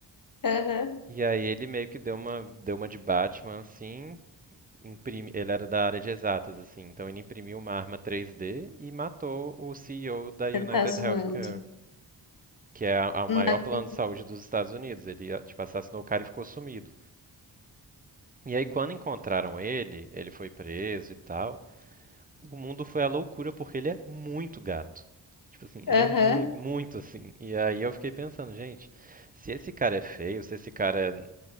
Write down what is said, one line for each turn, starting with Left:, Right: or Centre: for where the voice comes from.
Left: Aham.
Right: E aí ele meio que deu uma, deu uma de Batman assim, imprimi- ele era da área de exatas assim, então ele imprimiu uma arma 3D e matou o CEO da United
Left: Você tá zoando.
Right: Healthcare que é a- a- o maior
Left: Entendi.
Right: plano de saúde dos Estados Unidos. Ele, ah, tipo, assassinou o cara e ficou sumido. E aí, quando encontraram ele, ele foi preso e tal. O mundo foi à loucura porque ele é muito gato. Tipo assim, ele
Left: Aham.
Right: é muito, muito assim. E aí eu fiquei pensando, gente, se esse cara é feio, se esse cara é